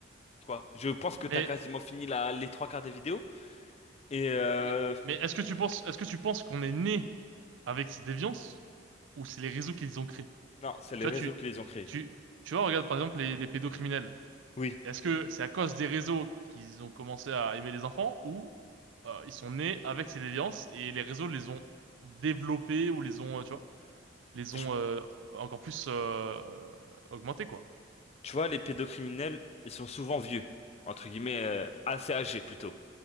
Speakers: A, on the left; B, on the right.
A: quoi. Je pense que
B: Mais,
A: t'as quasiment fini la, les trois quarts des vidéos. Et euh,
B: mais, mais est-ce que tu penses, est-ce que tu penses qu'on est né avec ces déviances ou c'est les réseaux qu'ils ont créés?
A: Non, c'est les
B: Tu vois,
A: réseaux
B: tu,
A: qui les ont créés.
B: tu, tu vois, regarde par exemple les, les pédocriminels.
A: Oui,
B: Est-ce que c'est à cause des réseaux qu'ils ont commencé à aimer les enfants ou euh, ils sont nés avec ces déviances et les réseaux les ont développés ou les ont, euh, tu vois, les
A: Je-
B: ont euh, encore plus euh, euh, augmentés, quoi.
A: tu vois, les pédocriminels, ils sont souvent vieux, entre guillemets, euh, assez âgés plutôt.